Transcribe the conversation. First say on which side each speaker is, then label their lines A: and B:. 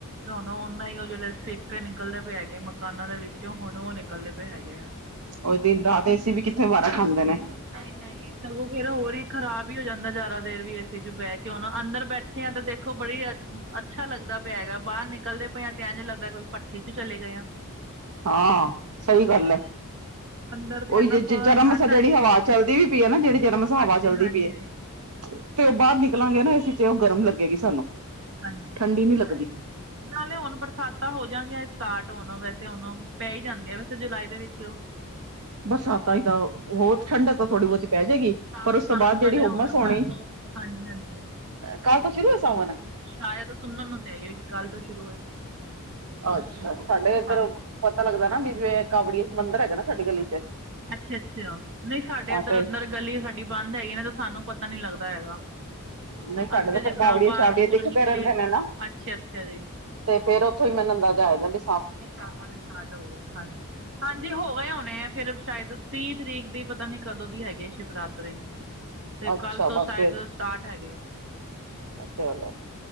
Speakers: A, on the right; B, on the right.
A: ਨਾ-ਨਾ ਹੁਨ ਉਹ ਜੇੜੇ ਸੇਕੇ ਨਿਕਲਦੇ ਪਏ ਹੈਗੇ, ਮਕਾਨਾਂ ਦੇ ਵਿੱਚੋ ਹੁਨ ਉਹ ਨਿਕਲਦੇ ਪਏ ਹੈਗੇ ਆ।
B: ਉਹ ਦੇਂਦਾ 'ਤੇ ਅਸੀ ਵੀ ਕਿੱਥੇ ਵਾਰਾ ਖਾਂਦੇ ਨੇ?
A: ਨਹੀਂ- ਨਹੀਂ। ਸਗੋਂ ਫੇਰ ਹੋਰ ਈ ਖ਼ਰਾਬ ਹੀ ਹੋ ਜਾਂਦਾ ਜ਼ਿਆਦਾ ਦੇਰ ਵੀ ਏ ਸੀ ਚ ਬਹਿ ਕੇ ਹੁਣ ਅੰਦਰ ਬੈਠੇ ਆ ਤੇ ਦੇਖੋ ਬੜੀ ਅ- ਅੱਛਾ ਲੱਗਦਾ ਪਿਆ ਹੈਗਾ ਬਾਹਰ ਨਿਕਲਦੇ ਪਏ ਆ ਤੇ ਇਂਜ ਲਗਦਾ ਕੋਈ ਭੱਠੀ ਚ ਚਲੇ ਗਏ ਆ।
B: ਹਾਂ ਸਹੀ ਗੱਲ ਹੈ,
A: ਅੰਦਰ ਤਾਂ
B: ਉਹੀ
A: ਇੰਨਾ
B: ਜੇ-
A: ਸੋਹਣਾ
B: ਜੇ ਜਰਾ ਮਸਾ
A: ਠੰਡ
B: ਜਿਹੜੀ
A: ਆਈ ਦੀ
B: ਹਵਾ
A: ਹੈਗੀ
B: ਚੱਲਦੀ ਵੀ ਪਈ ਹੈ ਨਾ ਜਿਹੜੀ ਜਰਾਮਸਾ
A: ਹਾਂਜੀ
B: ਹਵਾ ਚੱਲਦੀ
A: ਹਾਂਜੀ
B: ਪਈ ਐ। ਤੇ ਉ ਬਾਹਰ ਨਿਕਲਾਂਗੇ ਨਾ ਏ ਸੀ ਚ ਉਹ ਗਰਮ ਲੱਗੇਗੀ ਸਾਨੂੰ।
A: ਹਾਂਜੀ
B: ਠੰਡੀ
A: ਐ
B: ਨੀ
A: ਤੇ
B: ਲੱਗਦੀ
A: ਹੈ ਈ। ਨਾਲੇ ਹੁਣ ਬਰਸਾਤਾਂ ਹੋ ਜਾਂਣਗੀਆਂ ਸਟਾਰਟ ਹੁਣ ਵੈਸੇ ਹੁਣ ਪੈ ਹੀ ਜਾਂਦੀ ਆ ਵੈਸੇ ਜੁਲਾਈ ਦੇ ਵਿੱਚ। <inaudible>
B: ਬਰਸਾਤਾਂ ਹੀ ਤਾਂ ਬਹੋਤ ਠੰਡਕ ਤਾਂ ਥੋੜੀ ਬਹੁਤੀ ਪੈ ਜਾਏਗੀ
A: ਸਾਵਣ
B: ਪਰ ਉਸ ਤੋਂ ਬਾਅਦ
A: ਆਉਣ
B: ਜਿਹੜੀ
A: ਵਾਲੇ
B: ਹੋਮਸ
A: ਹੁਣ
B: ਹੋਣੀ।
A: ਕੱਲ੍ਹ ਤੋਂ ਹਾਂਜੀ- ਹਾਂਜੀ।
B: ਕੱਲ ਤੋਂ ਸ਼ੁਰੂ ਆ ਸਵਨ।
A: ਸ਼ਾਇਦ ਸੁਣਨ ਨੂੰ ਤਾਂ ਐ ਹੀ ਹੈ ਕਿ ਕੱਲ ਤੋਂ ਸ਼ੁਰੂ ਹੈ।
B: ਅੱਛਾ ਸਾਡੇ ਇੱਧਰ
A: ਹਾਂਜੀ
B: ਪਤਾ ਲੱਗਦਾ ਨਾ ਵੀ ਜਿਵੇਂ ਕਾਵੜੀ ਮੰਦਰ ਹੈਗਾ ਨਾ ਸਾਡੀ ਗਲੀ ਚ
A: ਅੱਛਾ- ਅੱਛਾ ਨਹੀਂ ਸਾਡੇ
B: ਆ
A: ਇੱਧਰ
B: ਤੇ
A: ਅੰਦਰ ਗਲੀ ਸਾਡੀ ਬੰਦ ਹੈਗੀ ਨੇ ਤਾਂ ਸਾਨੂੰ ਪਤਾ ਨੀ ਲੱਗਦਾ ਹੈਗਾ।
B: ਨਹੀਂ ਸਾਡੇ
A: ਅਸੀਂ ਤਾਂ ਜਿੱਦਾਂ
B: ਫਿਰ ਕਾਵੜੀਏ
A: ਬਾਰ-
B: ਸ਼ਾਵੜੀਏ
A: ਬੂਰ
B: ਦਿਖਦੇ
A: ਨਿਕਲੇ
B: ਰਹਿੰਦੇ ਨੇ ਨਾ
A: ਅੱਛਾ- ਅੱਛਾ ਜੀ।
B: ਤੇ ਫੇਰ ਉੱਥੋਂ ਹੀ ਮੈਂ ਨੰਦਾ ਜਾ ਆ ਜਾਂਦਾ ਸੀ।
A: ਸਾਵਨ ਸਟਾਰਟ ਹੋ ਗਏ, ਹਾਂਜੀ। ਹਾਂਜੀ ਹੋ ਗਏ ਹੋਣੇ ਆ ਫੇਰ ਸ਼ਾਇਦ ਤੀਹ ਤਰੀਕ ਦੀ ਪਤਾ ਨੀ ਕਦੋਂ ਦੀ ਹੈਗੀ ਸ਼ਿਵਰਾਤਰੀ। ਤੇ
B: ਅੱਛਾ
A: ਕੱਲ ਤੋਂ
B: ਬਸ
A: ਸ਼ਾਇਦ
B: ਫਿਰ
A: ਸਟਾਰਟ ਹੈਗੇ ਐ।
B: ਚਲੋ